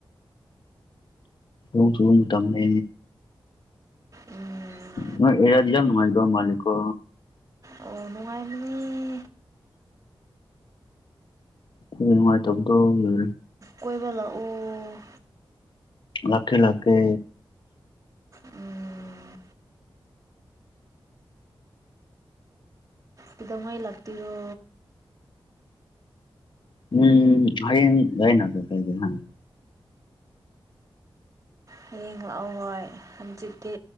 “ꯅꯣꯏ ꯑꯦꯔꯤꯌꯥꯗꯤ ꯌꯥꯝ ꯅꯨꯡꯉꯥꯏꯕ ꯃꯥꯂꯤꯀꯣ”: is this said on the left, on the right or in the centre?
Left